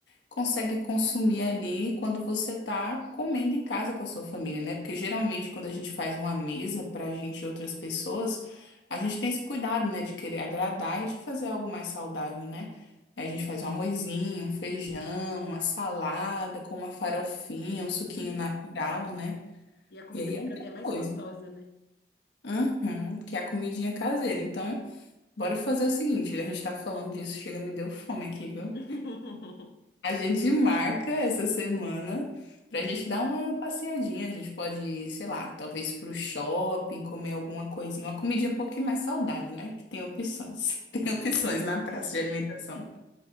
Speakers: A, on the left; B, on the left.
A: consegue consumir ali quando você tá comendo em casa com a sua família, né? Porque geralmente quando a gente faz uma mesa pra gente e outras pessoas, a gente tem esse cuidado, né, de querer agradar e de fazer algo mais saudável, né? Aí A gente faz um arrozinho, um feijão, uma salada com uma farofinha, um suquinho
B: Hum.
A: natural, né?
B: E a comida
A: E aí
B: fica
A: é outra
B: até mais
A: coisa.
B: gostosa, né?
A: Uhum, que é a comidinha caseira. Então, bora fazer o seguinte, a gente tá falando disso, chega, me deu fome aqui, viu?
B: <laughs>
A: A gente marca essa semana pra gente dar uma passeadinha. A gente pode ir, sei lá, talvez pro shopping, comer alguma coisinha, uma comidinha um pouquinho mais saudável, né? Que tem opções. <laughs> Tem opções na praça de alimentação.